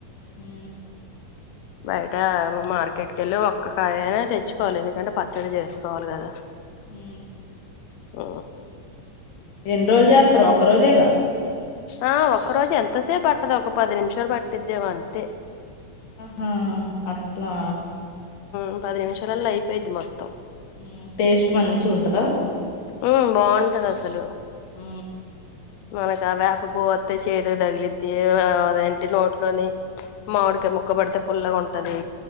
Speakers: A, on the left; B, on the left.
A: మ్
B: బయట మార్కెట్కి వెళ్లి ఒక్క కాయైనా తెచ్చుకోవాలి ఎందుకంటే పచ్చడి చేసుకోవాలి కదా
A: మ్
B: మ్
A: ఎన్ని రోజుల చెత్తరు ఒక రోజేగా
B: ఆ ఒక్క రోజు ఎంతసేపు పట్టదు ఒక పది నిమిషాలు పట్టిద్దేమో అంతే
A: మ్ అట్లా
B: మ్ పది నిమిషాలల్లో అయిపోయిద్ది మొత్తం
A: మ్ టేస్ట్ మంచి ఉంటదా
B: ఉమ్ బాగుంటది అసలు
A: మ్
B: మనకా అ వేప పువ్వు వత్తే చేదు తగిలిద్ది అదేంటి నోట్లోని మామిడికాయ ముక్కబడితే పుల్లగా ఉంటది